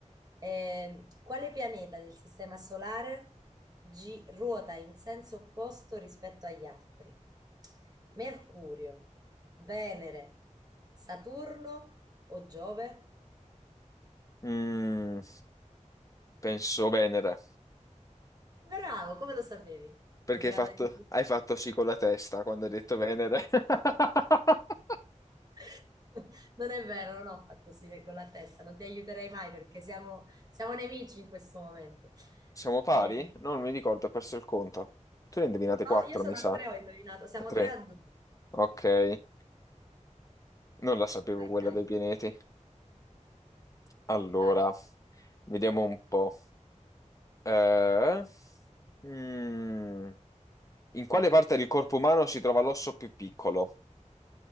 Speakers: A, on the right; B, on the left.
A: Ehm, quale pianeta del Sistema Solare gi- ruota in senso opposto rispetto agli altri? Mercurio, Venere, Saturno o Giove?
B: Mm, penso Venere,
A: Bravo, come lo sapevi?
B: perché
A: Hai tirato
B: hai fatto,
A: di...
B: hai fatto sì con la testa quando hai detto Venere. <laughs>
A: <laughs> Non è vero, non ho fatto sì con la testa, non ti aiuterei mai perché siamo, siamo nemici in questo momento.
B: Siamo pari?
A: E-
B: No, non mi ricordo, ho perso il conto. Tu ne hai indovinate
A: no,
B: 4,
A: io sono
B: mi sa.
A: a tre, ho indovinato, siamo
B: A 3.
A: tre a due.
B: Ok, non la sapevo
A: Vai,
B: quella
A: dai,
B: dei pianeti. Allora,
A: vai.
B: vediamo un po'. Eh, mm, in quale parte del corpo umano si trova l'osso più piccolo?